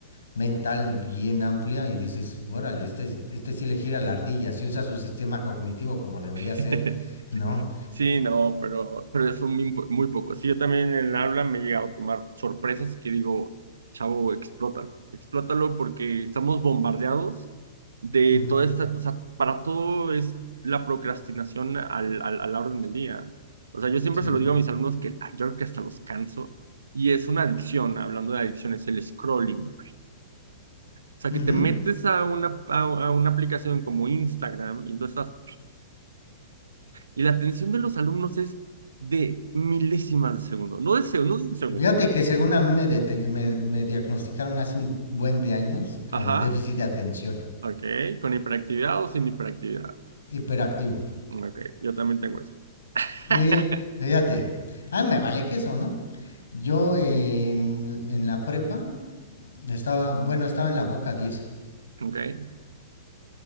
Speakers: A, on the left (about 75°); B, on the right (about 75°).
A: mental bien amplia y dices, órale, este, es- este sí le gira la ardilla, sí usa su sistema cognitivo como debería ser,
B: <laughs>
A: ¿no?
B: Sí, no, pero, pero ya son muy, po- muy pocos. Sí, yo también en el aula me he llegado a tomar sorpresas y que digo, chavo, explótalo. Explótalo porque estamos bombardeados de
A: Ujú,
B: toda esta, o sea, para todo es la procrastinación al, al, a la orden del día. O sea, yo siempre
A: sí.
B: se lo digo a mis alumnos que ah, yo creo que hasta los canso y es una adicción, hablando de adicciones, el scrolling. O sea,
A: Ujú.
B: que te metes a una, a, a una aplicación como Instagram y entonces estás- y la atención de los alumnos es de milésimas de segundo, no de segundo, no de segundo.
A: Fíjate que según a mí me, dete- me me diagnosticaron hace un buen de años
B: Ajá,
A: con déficit de atención,
B: ok, con hiperactividad o sin hiperactividad.
A: hiperactivo.
B: Ok, yo también tengo eso.
A: Sí,
B: <laughs>
A: fíjate. A mí me vale queso, ¿no? Yo en, en la prepa estaba, bueno, estaba en la Boca diez,
B: Ok.